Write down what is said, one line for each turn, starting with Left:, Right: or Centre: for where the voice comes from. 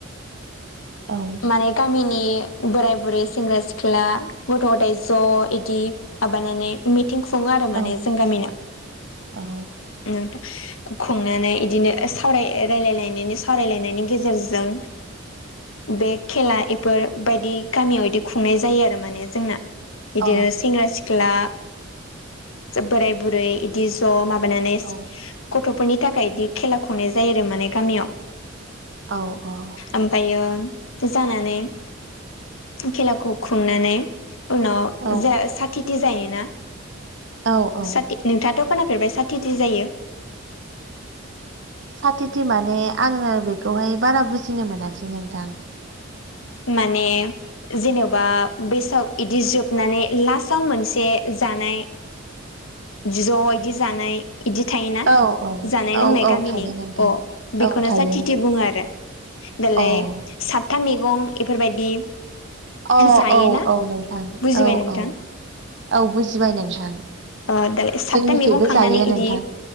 Right: औ
Left: माने। गामिनि बोराय-बुरै, सेंग्रा- सिख्ला, गथ'-गथाय ज' इदि। माबानानै मिथिं खुङो आरो माने
Right: औ
Left: जों गामिना
Right: औ
Left: ओम। खुंनानै बिदिनो सावराय रायलायायनायनि, सावरायलायनायनि गेजेरजों। बे खेला इफोरबायायदि गामियाव बिदि खुंनाय जायो आरो माने जोंना। इदिनो
Right: अ
Left: सेंग्रा-सिख्ला, बोराय-बुरै इदि। ज' माबानानै
Right: औ
Left: गथ'फोरनि थाखाय बिदि खेला खुंनाय जायो आरो माने गामियाव।
Right: औ-औ।
Left: ओमफायो जानानै खेलाखौ खुंनानै। उनाव
Right: औ
Left: ज' सातिति जायोना
Right: औ औ
Left: साति। नोंथाङा थ' खोनाफेरबाय साथिथि जायो।
Right: साथिथि माने आङो बेखौहाय बारा बुजिनो मोनासै नोंथां।
Left: माने जेनेबा बेसाव बिदि जोबनानै लास्टाव मोनसे जानाय ज' इदि जानाय इदि थायोना
Right: औ औ
Left: जानाय लोंनाय
Right: औ औ
Left: गामिनि
Right: थायो नोंथां
Left: अ बेखौनो
Right: औ थायो
Left: साथिथि बुङो आरो। दालाय
Right: अ
Left: सातथा मैगं एफोरबायदि
Right: अ
Left: जायो
Right: औ
Left: ना
Right: औ नोंथां
Left: बुजिबाय
Right: औ
Left: नोंथां?
Right: औ औ बुजिबाय नोंथां
Left: अ दालाय सातता
Right: जोंनिखैबो
Left: मैगं खांनानै
Right: जायो नोंथां
Left: इदि।